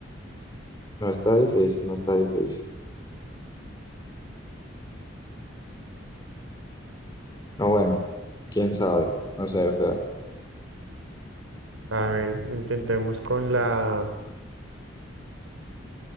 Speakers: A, on the left; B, on the right.
A: No está difícil, no está difícil. No, bueno, quién sabe. No sé, o sea.
B: A ver, intentemos con la.